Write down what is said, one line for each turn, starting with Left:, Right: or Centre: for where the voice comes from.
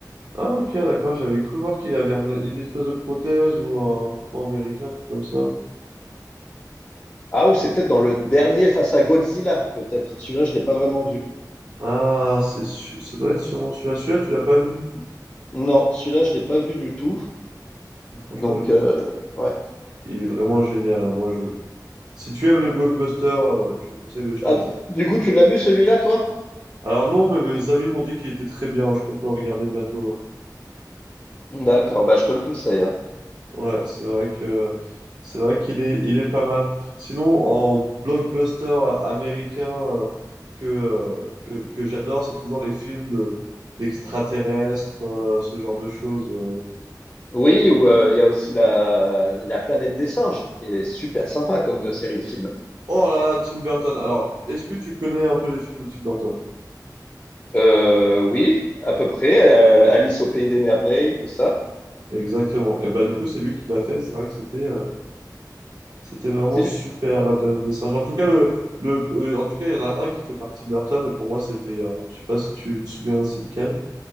Right: Ah ok, d'accord, j'avais cru voir qu'il avait un- une espèce de prothèse ou un coupon américain, un truc comme ça.
Left: Ah, ou c'est peut-être dans le dernier face à Godzilla, peut-être. Celui-là, je l'ai pas vraiment vu.
Right: Ah, c'est su- ça doit être sûrement celui-là. Celui-là, tu l'as pas vu du tout. du
Left: Non, celui-là, je l'ai pas vu du tout.
Right: coup. Franchement,
Left: Donc,
Right: il est,
Left: euh, ouais.
Right: il est vraiment génial. hein. Moi, je... Si tu aimes les blockbusters, euh, je te conseille de jeter
Left: Ah,
Right: un
Left: t-
Right: œil.
Left: du coup, tu l'as vu celui-là, toi?
Right: Alors non, mais mes amis m'ont dit qu'il était très bien. Je compte le regarder bientôt. hein.
Left: D'accord, bah, je te le conseille. hein.
Right: Ouais, c'est vrai que c'est vrai qu'il est il est pas mal. Sinon, en blockbuster américain euh, que euh, que, que j'adore, c'est toujours les films de d'extraterrestres, euh, ce genre de choses. euh.
Left: Oui, ou euh, il y a aussi la, la planète des singes, qui est super sympa comme euh, série de films.
Right: Oh là là, Tim Burton. Alors, est-ce que tu connais un peu les films de Tim Burton?
Left: Euh, oui, à peu près. euh, Alice au pays des merveilles, tout ça.
Right: Exactement. Et bah du coup, c'est lui qui l'a fait. C'est vrai que c'était euh, c'était vraiment
Left: C'est
Right: super,
Left: lui-
Right: La planète des singes. En tout cas, le le euh, en tout cas, il y en a un qui est fait par Tim Burton et pour moi, c'est le meilleur. Je sais pas si tu te souviens, c'est lequel,